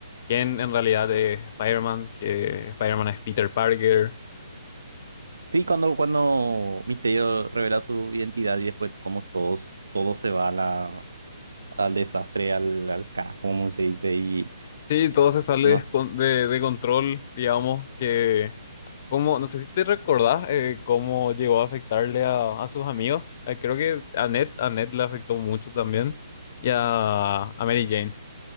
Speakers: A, on the left (about 35°); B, on the right (about 80°).
A: quién en realidad es Spider-Man, que Spider-Man es Peter Parker.
B: Sí, cuando, cuando Misterio revela su identidad y después como todos, todo se va a la, al desastre, al, al carajo, como se dice, y
A: Sí, todo se sale
B: no sé.
A: de, de de control, digamos, que... Como, no sé si te recordás eh, cómo llegó a afectarle a, a sus amigos. Eh, creo que a Ned, a Ned le afectó mucho también. Y a, a Mary Jane.